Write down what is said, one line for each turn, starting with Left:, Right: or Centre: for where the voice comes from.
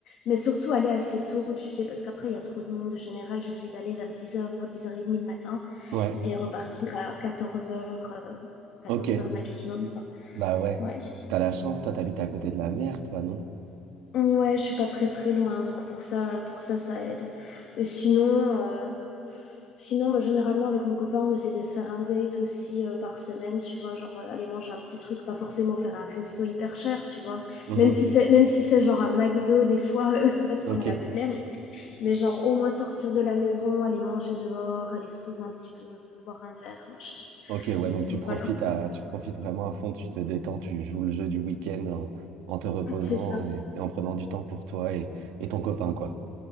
Left: mais surtout aller assez tôt, tu sais, parce qu'après, il y a trop de monde. En général, j'essaye d'aller vers 10h, 10h30 le matin
Right: ouais,
Left: et repartir à 14h, quatorze
Right: ok,
Left: heures maximum, quoi.
Right: bah ouais,
Left: Ouais.
Right: t'as la chance, toi t'habites à côté de la mer, toi, non?
Left: Ouais, je suis pas très très loin, hein, donc pour ça, pour ça, ça aide. Et sinon, euh, sinon, bah, généralement avec mon copain, on essaie de se faire un date aussi euh, par semaine, tu vois, genre euh, aller manger un petit truc, pas forcément faire un resto hyper cher, tu vois.
Right: Mhm.
Left: Même si c'est, même si c'est genre un McDo des fois, <laughs> euh, parce qu'on
Right: Ok,
Left: a la flemme, mais genre au moins sortir de la maison, aller manger dehors, aller se poser un petit peu, boire un verre, machin.
Right: ok, ouais, donc tu
Left: Donc
Right: profites
Left: voilà,
Right: à tu profites vraiment à fond, tu te détends, tu joues le jeu du week-end en, en te reposant
Left: c'est ça.
Right: et, et en prenant du temps pour toi et, et ton copain, quoi.